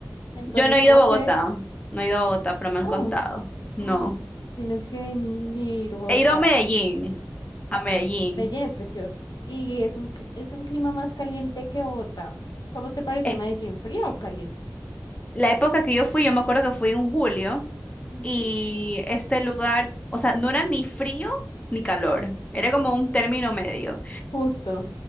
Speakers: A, on the left; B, on the left.
A: Entonces,
B: Yo no he
A: como
B: ido a
A: que,
B: Bogotá. No he ido a Bogotá, pero me
A: no,
B: han contado. No.
A: Ah, tienes que venir, Bogotá.
B: He ido a Medellín. A Medellín.
A: Medellín es precioso y es un, cl- es un clima más caliente que Bogotá. ¿Cómo te pareció
B: Es-
A: Medellín? ¿Frío o caliente?
B: La época que yo fui, yo me acuerdo que fui en julio.
A: Ujú.
B: Y este lugar, o sea, no era ni frío ni calor, era como un término medio.
A: Justo.